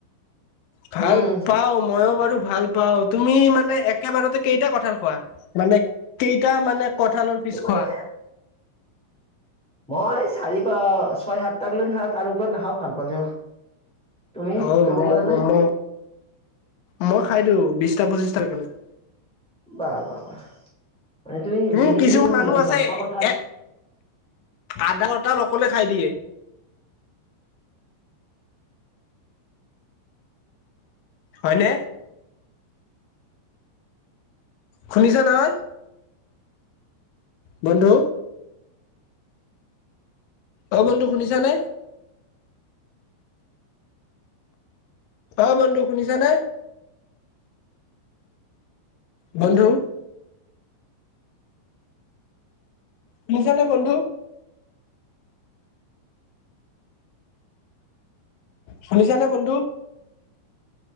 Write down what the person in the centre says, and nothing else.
উম
কি মানে
মই চাৰি প ছয় সাতট গলে খাও তাৰ ওপৰত নাখাও ভাল পালেও। তুমি
খাব
পাৰা নে
বোৱা বোৱা বোৱা মানে তুমি
যি
দেখিলোঁ, তুমি
বহুত
ভাল পোৱা কঁঠাল?